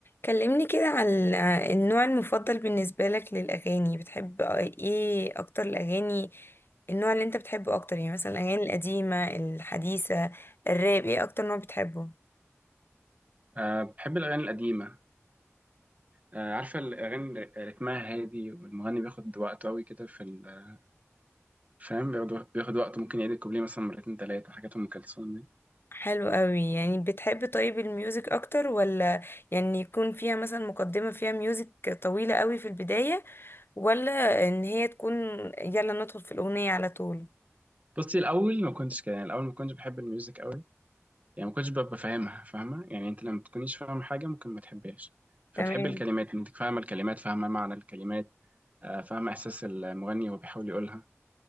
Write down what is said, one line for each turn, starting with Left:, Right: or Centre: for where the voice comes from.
Left: كلمني كده عن النوع المفضل بالنسبة لك للأغاني بتحب ايه أكتر الأغاني النوع اللي انت بتحبه أكتر يعني مثلا الأغاني القديمة الحديثة الراب ايه أكتر نوع بتحبه
Right: أه بحب الأغاني القديمة أه عارفة الأغاني رتمها هادي والمغني بياخد وقته أوي كده في ال- فاهم بياخد بياخد وقته ممكن يعيد الكوبليه مثلا مرتين تلاتة حاجات أم كلثوم دي
Left: حلو قوي يعني بتحب طيب الميوزك أكتر ولا يعني يكون فيها مثلا مقدمة فيها ميوزك طويلة قوي في البداية ولا إن هي تكون يلا ندخل في الأغنية على طول
Right: بصي الأول ما كنتش كده يعني الأول ما كنتش بحب الميوزك أوي يعني ما كنتش ببقى فاهمها فاهمة يعني أنت لما تكونيش فاهمة حاجة ممكن ما تحبهاش فتحب
Left: تمام
Right: الكلمات أنت فاهمة الكلمات فاهمة معنى الكلمات أه فاهمة إحساس المغني وهو بيحاول يقولها